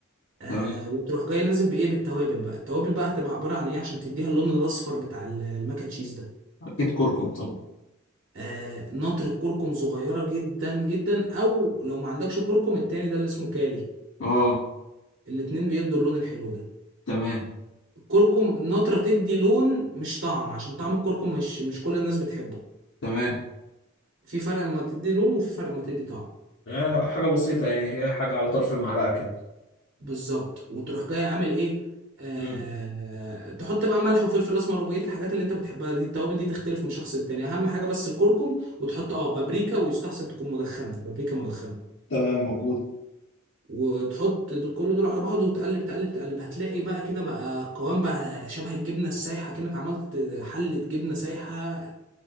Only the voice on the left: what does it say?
تمام
اكيد كركم طبعا
اه
تمام
تمام
آه حاجة بسيطة يعني هي حاجة على طرف المعلقة كده
امم
تمام موجود